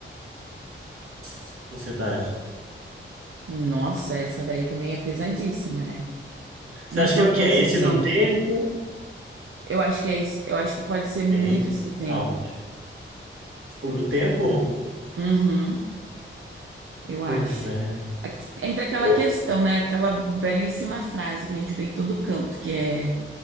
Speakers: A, on the right; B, on the right.
A: na sociedade?
B: Nossa, essa daí também é pesadíssima, né?
A: Você
B: Na
A: acha
B: sua
A: que é o que
B: concepção,
A: É esse do tempo?
B: eu acho que é esse, eu acho que pode ser muito
A: Ei,
B: esse do tempo.
A: calma. O do tempo?
B: Uhum, eu acho.
A: Pois é.
B: A- Entre aquela
A: Eu,
B: questão, né? Aquela belíssima frase que a gente vê em todo canto, que é